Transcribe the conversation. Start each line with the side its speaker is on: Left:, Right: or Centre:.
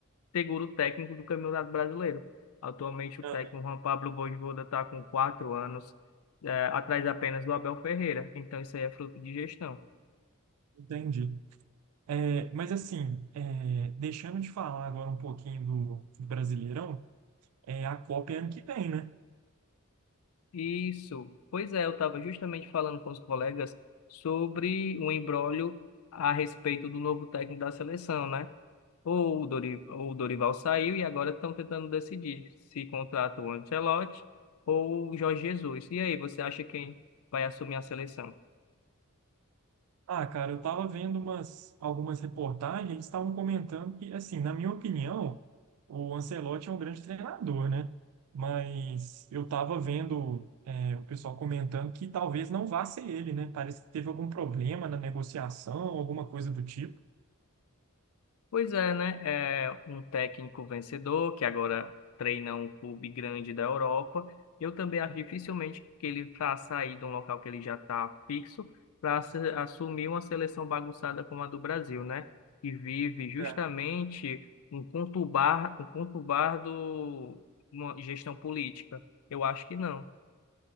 Left: segura o técnico do Campeonato Brasileiro. Atualmente, o
Right: Aham.
Left: técnico Juan Pablo Vojvoda está com quatro anos, é, atrás apenas do Abel Ferreira. Então, isso aí é fruto de gestão.
Right: Entendi. É, mas assim, é, deixando de falar agora um pouquinho do, do Brasileirão, é, a Copa é ano que vem, né?
Left: Isso. Pois é, eu estava justamente falando com os colegas sobre o imbróglio a respeito do novo técnico da seleção, né? Ou o Dori- ou o Dorival saiu e agora estão tentando decidir se contrata o Ancelotti ou o Jorge Jesus. E aí, você acha quem vai assumir a seleção?
Right: Ah, cara, eu tava vendo umas, algumas reportagens, eles estavam comentando que, assim, na minha opinião, o Ancelotti é um grande treinador, né? Mas eu tava vendo, é, o pessoal comentando que talvez não vá ser ele, né? Parece que teve algum problema na negociação, alguma coisa do tipo.
Left: Pois é, né? É um técnico vencedor que agora treina um clube grande da Europa. Eu também acho dificilmente que ele vá sair de um local que ele já está fixo para assumir uma seleção bagunçada como a do Brasil, né? Que vive justamente
Right: É.
Left: um conturbar, um conturbado uma gestão política. Eu acho que não.